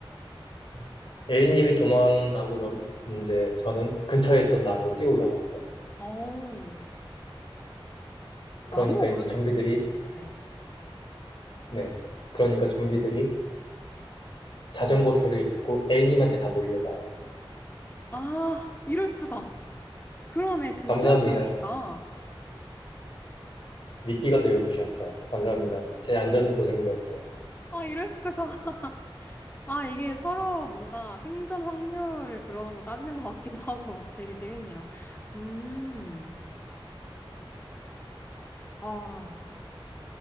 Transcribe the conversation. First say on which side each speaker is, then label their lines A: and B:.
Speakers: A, on the left (about 60°); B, on the left (about 20°).
A: 음, A님이 도망가고 넌, 이제 저는 근처에 있던 나무로 뛰어 올라갔어요.
B: 어우, 나무
A: 그러니까
B: 오르기
A: 이제 좀비들이,
B: 스킬이. 네.
A: 네. 그러니까 좀비들이 자전거 소리를 듣고 A님한테 다 몰려가요.
B: 아, 이럴 수가. 그러네, 진짜
A: 감사합니다.
B: 생각해보니까.
A: 미끼가 되어주셨어요. 감사합니다. 제 안전은 보장되었어요.
B: 아, 이럴 수가. 아, 이게 서로 뭔가 생존 확률을 그런 거 따지는 것 같기도 하고 되게 재밌네요. 음, 아.